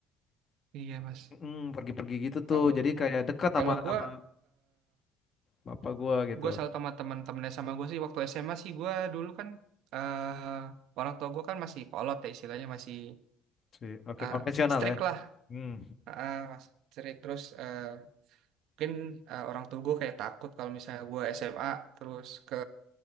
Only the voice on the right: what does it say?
Iya Mas.
Kalau
gua,
kalau gua
gue selalu sama teman-teman sama gue sih waktu SMA sih gue dulu kan eh orang tua gue kan masih kolot ya istilahnya masih
eh,
strict
lah
eh, mas strict terus eh, mungkin eh, orang tua gue kayak takut kalau misalnya gue SMA terus ke